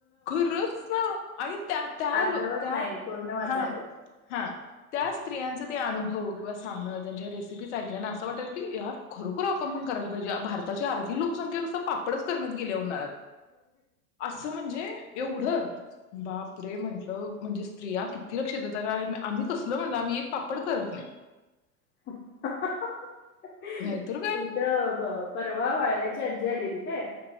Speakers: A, on the left; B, on the left.
A: खरचं ना आणि त्या त्या
B: अर्धवट
A: लो त्या
B: नाही पूर्ण वाचाय
A: हा
B: पाहिजे
A: हा त्या स्त्रियाचा ते अनुभव किंवा सांगणं त्यांच्या रेसिपीच ऐकल्या ना असं वाटेल की यार खरोखर आपण करायला पाहिजे भारताची अर्धी लोकसंख्या नुसतं पापडच करण्यात गेलीय उन्हाळ्यात असं म्हणजे एवढं बाप रे म्हटलं <unintelligible> म्हणजे स्त्रिया किती लक्ष देतात. <unintelligible> आम्ही कसल म्हणार, आम्ही एक पापड करत नाय.
B: <inaudible> इथं
A: नाहीतर काय
B: ब परवा वाळव्याच ची आजी आलेली काय?